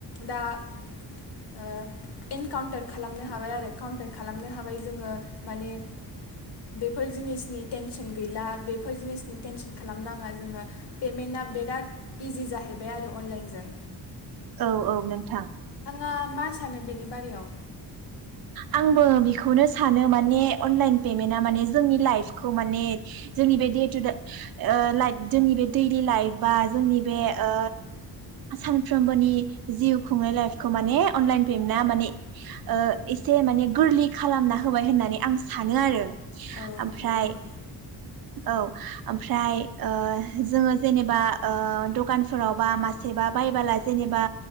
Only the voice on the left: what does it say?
दा ओ एनकाउन्टार खालामनो हाबाय आरो काउन्टार खालामनो हाबाय जोङो। माने बेफोर जिनिसनि टेंनसन गैला बेफोर जिनिसनि टेनसन खालामनाङा जोङो पेमेन्टआ बिराद इजि जाहैबाय आरो अनलाइनजों।
आ मा सानो बेनि बारायाव?
औ
नंगौ नंगौ